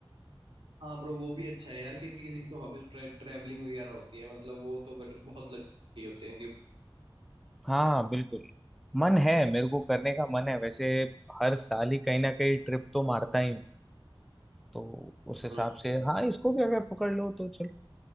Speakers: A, on the right; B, in the centre.
A: हाँ ब्रो वो भी अच्छा है यार किसी किसी की तो हॉबी ट्रैवलिंग वगैरह होती है मतलब वो तो मतलब बहुत लगे होते हैं
B: हाँ बिल्कुल मन है मेरे को करने का मन है वैसे हर साल ही कहीं ना कहीं ट्रिप तो मारता ही हूँ तो उस हिसाब
A: क्यों
B: से हाँ इसको भी अगर पकड़ लो तो चलो